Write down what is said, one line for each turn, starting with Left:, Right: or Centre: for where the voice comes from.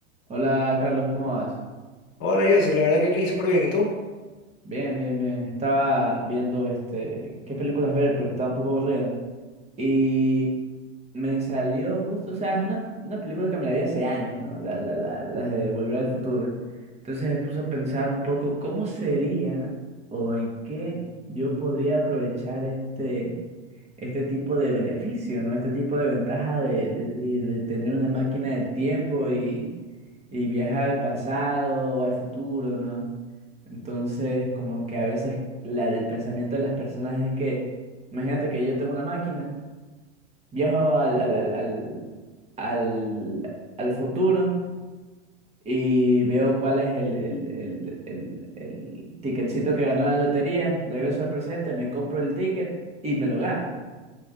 Right: Hola Carlos, ¿cómo vas?
Left: Hola, Joseph, la verdad que aquí súper bien, ¿y tú?
Right: Bien, bien, bien. Estaba viendo este qué películas ver porque estaba un poco aburrido. Y me salió justo, o sea, es una, una película que me la vi hace años, ¿no? La, la, la, las de Volver al Futuro. Entonces me puse a pensar un poco cómo sería o en qué yo podría aprovechar este, este tipo de beneficio, ¿no? Este tipo de ventaja de, de, de de tener una máquina del tiempo y y viajar al pasado o al futuro, ¿no? Entonces, como que a veces la- el pensamiento de las personas es que, imagínate que yo tengo una máquina, viajo al, al, al, al, al, al futuro y veo cuál es el, el, el, el, el ticketcito que ganó la lotería, regreso al presente, me compro el ticket y me lo gano.